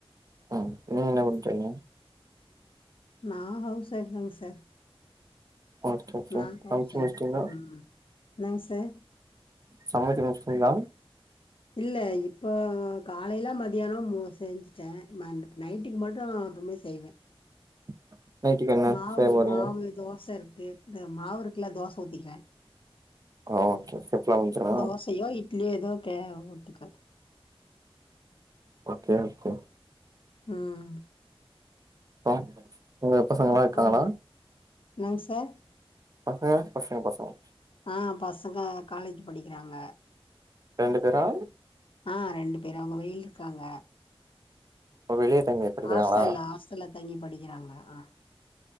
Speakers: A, on the right (about 35°); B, on the left (about 60°).
A: ம் நீங்க என்ன பண்றீங்க
B: நா ஹவுஸ் வைஃப் தாங்க சார்
A: ஓகே ஓகே
B: நா ஹவுஸ்
A: சமச்சு
B: வைஃப்
A: முடிச்சிட்டீங்களா
B: ம் என்னங்க சார்
A: சமச்சு முடிச்சிட்டீங்களா
B: இல்ல இப்போ காலைல்ல மதியானோ செஞ்சுட்டே ம நைட்டுக்கு மட்டு இனிமே செய்வே
A: <inaudible> நைட்டுக்கு என்ன
B: மாவு
A: செய்ய போறீங்க
B: மாவு தோச இருக்கு இந்த மாவு இருக்குல தோச ஊத்திக்குவே
A: ஆ ஓகே சிம்பிளா முடிஞ்சிருமா
B: தோசயோ இட்லியோ ஏதோ ஊத்திக்குவே
A: ஓகே ஓகே
B: ம்
A: அப்றோ உங்க பசங்க
B: அப்போ
A: எல்லா இருக்காங்களா
B: நீ என்னங்க சார்
A: பசங்க பசங்க பசங்க
B: ஆ பசங்க காலேஜ் படிக்கிறாங்க
A: ரெண்டு பேரா
B: ஆ ரெண்டு பேர் அவங்க வெயில இருக்காங்க
A: ஓ வெளிய தங்கி படிக்கிறாங்களா
B: ஹாஸ்டல்ல ஹாஸ்டல்ல தங்கி படிக்கிறாங்க அ